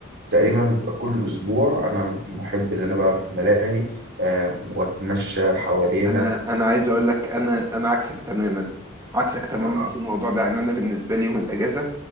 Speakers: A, on the right (about 55°); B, on the right (about 15°).
A: تقريبا بتبقى كل أسبوع أنا محب إن أنا بروح الملاهي آم، وأتمشى حواليها
B: انا انا عايز اقول لك انا انا عكسك تماما عكسك تماما
A: آه،
B: في الموضوع ده ان انا بالنسبه لي يوم الاجازه